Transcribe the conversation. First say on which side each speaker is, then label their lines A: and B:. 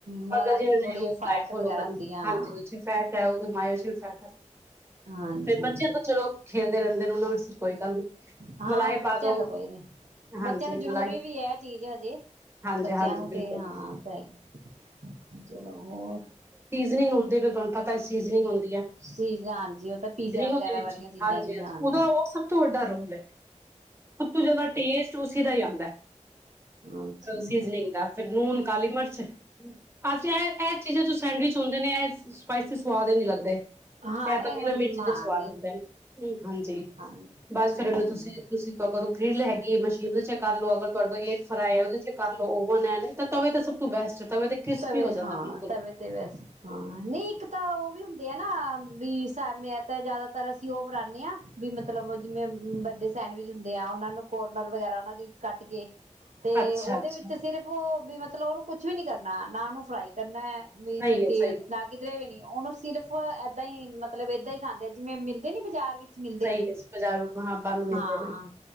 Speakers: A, on the right; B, on the right.
A: ਮਲਾਈ
B: ਹੁਨ ਤੁਸੀਂ ਜਿਵੇਂ
A: ਥੋੜ੍ਹੀ
B: ਔ
A: ਫੈਟ
B: ਡਾਈਟ ਫੋਲੌ
A: ਵਗੈਰਾ
B: ਕਰਦੇ,
A: ਹੁੰਦੀ ਆ
B: ਹਾਂਜੀ ਫੈਟ ਐ ਓ ਮਾਯੌ ਵਿਚ ਵੀ ਫੈਟ ਹੈਗ
A: ਹਾਂਜੀ
B: ਫੇਰ ਬੱਚੇ ਤਾਂ ਚਲੋ ਖੇਲਦੇ ਰੇਂਦੇ <unintelligible> ਕੋਈ ਗੱਲ ਨੀ
A: ਹਾਂ
B: ਮਲਾਈ
A: ਤੇ ਬ ਬੱਚਿਆਂ
B: ਪਾ ਦੋ
A: ਦਾ ਕੋਈ ਨੀ
B: ਹਾਂਜੀ
A: ਬੱਚਿਆਂ ਨੂੰ ਜਰੂਰੀ
B: ਮਲਾਈ
A: ਵੀ ਐ ਚੀਜਚ ਹਜੇ
B: ਹਾਂਜੀ
A: ਬੱਚਿਆਂ
B: ਹਾਂਜੀ
A: ਨੂੰ
B: ਬਿਲਕੁਲ
A: ਤੇ ਹਾਂ ਕੌਈ ਨੀ, ਚਲੋ ਹੋਰ
B: ਨੀ ਹੁੰਦੇ ਨੇ ਤੁਹਾਨੂੰ ਪਤਾ ਐ ਸੀਜ਼ਨਿੰਗ ਹੁੰਦ
A: ਸੀਜ਼ ਹਾਂਜੀ ਉਹ ਤਾਂ ਪੀਜ਼ਾ ਵਗੈਰਾ
B: ਉਹਦੇ ਵਿੱਚ
A: ਵਾਲੀਆਂ ਚੀਜ਼ਾਂ ਨੇ, ਹਾਂਜੀ
B: ਉਹਦਾ ਉਹ ਸਭ <unintelligible> ਸਭ ਤੋਂ ਜ਼ਿਆਦਾ ਟੇਸਟ ਉਸੀ ਦਾ ਈ ਆਂਦੈ,
A: ਅੱਛਾ
B: ਅ ਸੀਜ਼ਨਿੰਗ ਦਾ ਫੇਰ ਨੂਨ ਕਾਲੀ ਮਰਚ ਅਛਾ ਐ ਐ ਚੀਜ਼ਾਂ ਜੋ ਸੈਂਡਵਿਚ ਹੁੰਦੇ ਨੇ ਐ ਸਪਾਈਸੀ ਸਵਾਦ ਈ ਨੀ ਲੱਗਦੇ ਇਹ
A: ਹਾਂ
B: ਤਾਂ
A: ਇਹ
B: ਬਿਨਾਂ ਮਿਰਚ
A: ਹਾਂ
B: ਦੇ ਸਵਾਦ ਲੱਗਦੇ ਹਾਂਜੀ
A: ਹਾਂ
B: ਬਸ ਫਿਰ
A: ਹਾਂਜੀ
B: ਉਹਨੂੰ ਤੁਸੀਂ ਅਗਰ ਗ੍ਰਿੱਲ ਹੈਗੀ ਹੈ ਮਸ਼ੀਨ ਚ ਕਰ ਲਓ, ਅਗਰ ਤੁਹਾਡੇ ਕੋਲ ਏਅਰ ਫਰਾਈ ਹੈ ਉਹਦੇ ਚ ਕਰ ਲਓ, ਓਵਨ ਹੈ, ਤੇ ਤਵੇ ਤੇ ਏ ਤਾਂ ਸਭ ਤੋਂ ਬੈਸਟ ਤਵੇ ਤੇ ਕ੍ਰਿਸਪੀ
A: ਤਵੇ
B: ਹੋ
A: ਹਾਂ
B: ਜਾਂਦਾ ਬਿਲਕੁਲ
A: ਤਵੇ ਤੇ ਵੈਸੇ ਹਾਂ, ਨਹੀਂ ਇੱਕ ਤਾਂ ਉਹ ਵੀ ਹੁੰ ਯੇ ਹੈ ਨਾ ਭੀ ਸਾਮਨੇ ਹੈ ਤੇ ਜ਼ਿਆਦਾਤਰ ਅਸੀਂ ਉਹ ਬਣਾਉਦੇ ਹਾਂ ਵੀ ਮਤਲਬ ਜਿਵੇਂ ਵੱਡੇ ਸੈਂਡਵਿਚ ਹੁੰਦੇ ਆ ਉਹਨਾਂ ਨੂੰ ਕੋਰਨਰ ਵਗੈਰਾ ਉਹਨਾਂ ਦੀ ਕੱਟ ਕੇ ਤੇ
B: ਅੱਛਾ
A: ਉਹਦੇ
B: ਅੱਛਾ
A: ਵਿੱਚ ਤੇ ਸਿਰਫ ਭੀ ਮਤਲਬ ਉਹਨੂੰ ਕੁੱ ਵੀ ਨੀ ਕਰਦਾ ਨਾ, ਨਾ ਉਹਨੂੰ ਫਰਾਈ ਕਰਨਾ ਮੈਂ ਇਨਾ
B: ਸਹੀ ਹੈ
A: ਤੇਲ
B: ਸਹੀ
A: ਲਗ ਕਿਧਰੇ ਵੀ ਨਹੀ ਉਹਨੂੰ ਸਿਰਫ ਏਦਾਂ ਹੀ ਮਤਲਬ ਏਦਾਂ ਹੀ ਖਾਂਦੇ ਆ ਜਿਵੇਂ ਮਿਲਦੇ ਨੀ ਬਾਜ਼ਾਰ ਵਿੱਚ ਮਿਲਦੇ
B: ਸਹੀ
A: ਨੇ
B: ਹੈ ਬਜ਼ਾਰੂ ਹਾਂ ਬੰਦ ਮਿਲਦੇ
A: ਹਾਂ
B: ਨੇ